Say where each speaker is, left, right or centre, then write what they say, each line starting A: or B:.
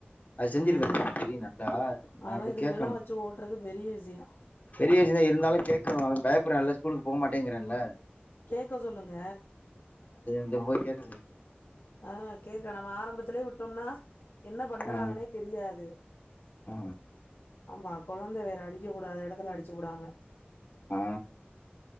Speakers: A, on the left (about 40°); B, on the left (about 60°).
A: அத செஞ்சுருப்பே
B: அ
A: எனக்கு தெரியு நல்லா நா
B: ஆனா
A: போய்
B: இதுகளெல்லாம்
A: கேக்கணு
B: வச்சு ஓட்டுறது பெரிய விஷயம்
A: பெரிய விஷயந்தா இருந்தாலு கேக்கணு அவ பய ப்டறான்ல ஸ்கூலுக்கு போக மாட்டேங்கிறான்ல
B: கேக்க சொல்லுங்க
A: இப்ப போய் கேக்க சொல்லி
B: ஆ கேக்க நாம ஆரம்பத்துலயே உட் டோம்னா என்ன பண்றாங்கனே
A: ஆ
B: தெரியாது
A: ஆ
B: ஆமா கொழந்த வேற அடிக்க கூடாத எடத்துல அடிச்சு புடாங்க
A: ஆ